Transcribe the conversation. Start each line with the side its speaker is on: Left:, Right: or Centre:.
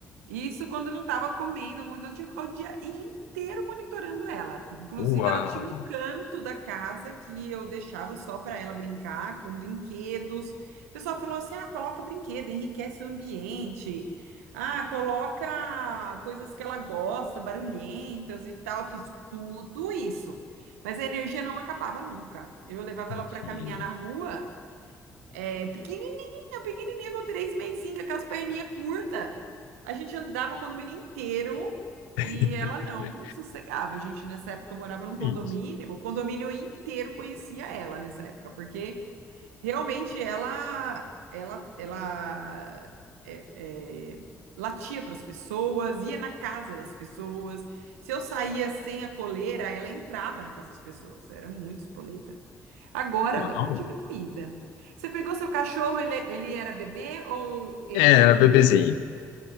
Right: E Isso quando não estava comendo, então eu tinha que ficar o dia inteiro monitorando ela. Inclusive,
Left: Uau.
Right: ela tinha um canto da casa que eu deixava só para ela brincar com brinquedos. O pessoal falou assim: ah, coloca brinquedo, enriquece o ambiente. Ah, coloca coisas que ela gosta, barulhentas e tal. Fiz tudo isso. Mas a energia não acabava nunca. Eu levava
Left: Mentira.
Right: ela para caminhar na rua. É, pequenininha, pequenininha, com três mesinhas, com as perninhas curtas. A gente andava o condomínio inteiro
Left: <laughs>
Right: e ela não sossegava. A gente, nessa época, morava num condomínio,
Left: Gente,
Right: o condomínio inteiro conhecia ela nessa época, porque Realmente ela ela ela é, é, latia para as pessoas, ia na casa das pessoas. Se eu saía sem a coleira, ela entrava na casa das pessoas. Era muito espoleta. Agora
Left: Uau.
Right: deu uma diminuída. Você pegou seu cachorro, ele, ele era bebê ou ele
Left: É, era bebezinho.